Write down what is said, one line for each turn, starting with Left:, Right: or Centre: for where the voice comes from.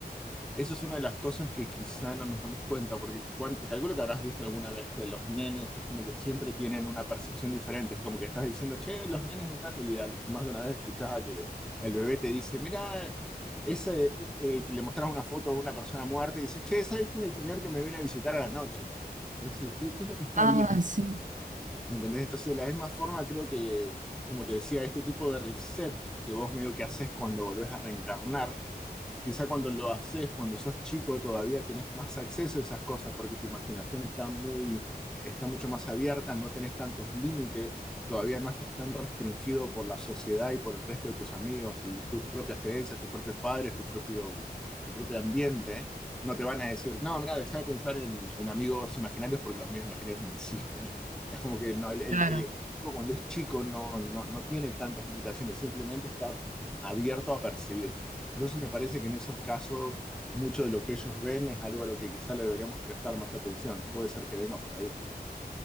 Centre: Eso es una de las cosas que quizá no nos damos cuenta, porque cuan- te calculo que habrás visto alguna vez que los nenes es como que siempre tienen una percepción diferente. Es como que estás diciendo, che, los nenes están, y al- más de una vez escuchás a que el bebé te dice, mira, ese, eh, eh, que le mostrás una foto de una persona muerta y dice, che, ese es el señor que me viene a visitar a la noche. Pues sí, ¿qué, qué es lo que está
Right: Ah,
Centre: bien?
Right: sí,
Centre: ¿Entendés? Entonces, de la misma forma, creo que, como te decía, este tipo de reset que vos medio que haces cuando volvés a reencarnar Quizá cuando lo haces, cuando sos chico, todavía tenés más acceso a esas cosas porque tu imaginación está muy, está mucho más abierta, no tenés tantos límites, todavía no estás tan restringido por la sociedad y por el resto de tus amigos y tus propias creencias, tus propios padres, tu propio, tu propio ambiente. No te van a decir, no, mira, deja de pensar en, en amigos imaginarios porque los amigos imaginarios no existen. Es como que no, el, el-
Right: claro.
Centre: el- cuando es chico no, no, no tiene tantas limitaciones, simplemente está abierto a percibir. Entonces me parece que en esos casos mucho de lo que ellos ven es algo a lo que quizá le deberíamos prestar más atención. Puede ser que venga por ahí.